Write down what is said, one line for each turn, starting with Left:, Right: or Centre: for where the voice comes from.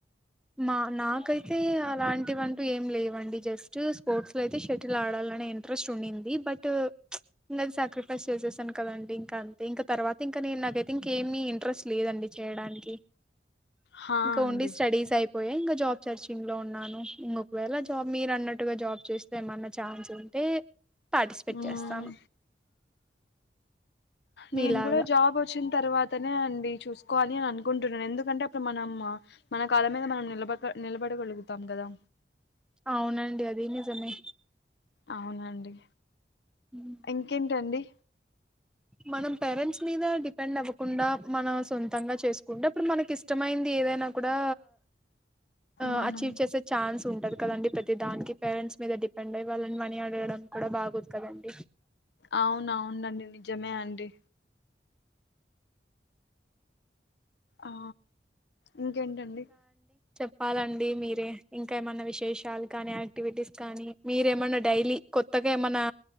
Centre: మా నాకైతే అలాంటివంటూ ఏం లేవండి, జస్ట్ స్పోర్ట్స్లో అయితే షటిల్ ఆడాలనే ఇంట్రెస్ట్ ఉండింది బట్ ప్చ్ ఇంగది సాక్రిఫైస్ చేసేసాను కదండి ఇంక అంతే ఇంకా తర్వాత ఇంకా నేను నాకైతే ఇంకేమీ ఇంట్రెస్ట్ లేదండి చేయడానికి.
Left: హా
Centre: ఇంక
Left: అండి
Centre: ఓన్లీ స్టడీస్ అయిపోయాయ్ ఇంగ జాబ్ సర్చింగ్ లో ఉన్నాను. ఇంగొకవేళ జాబ్ మీరు అన్నట్టుగా జాబ్ చేస్తే ఏమన్న ఛాన్స్ ఉంటే పాటిస్పేట్
Left: మ్మ్
Centre: చేస్తాను మీలాగా
Left: నేను కూడా జాబ్ వచ్చిన్ తర్వాతనే అండి చూసుకోవాలి అని అనుకుంటున్నాను, ఎందుకంటే అప్పుడు మనం మనకాళ్ల మీద మనం నిలబడితే నిలబడగలుగుతాం కదా.
Centre: అవునండి అది నిజమే
Left: అవునండి
Centre: హ్మ్.
Left: ఇంకేంటండి
Centre: మనం పేరెంట్స్ మీద డిపెండ్ అవ్వకుండా మనం సొంతంగా చేసుకుంటే అప్పుడు మనకి ఇష్టమైంది ఏదైనా కూడా ఆ
Left: మనం
Centre: అచీవ్ చేసే ఛాన్స్ ఉంటది కదండి ప్రతి దానికీ పేరెంట్స్ మీద డిపెండ్ అయ్యి వాళ్ళని మనీ అడగడం కూడా బాగోదు కదండి
Left: అవునా ఉండండెళ్ళి జమే అండి ఆ ఇంకేంటండి
Centre: ప్పాలండి మీరే ఇంకా ఏమైన్నా విశేషాలు కానీ యాక్టివిటీస్ కానీ మీరేమైన్నా డైలీ కొత్తగా ఏమనా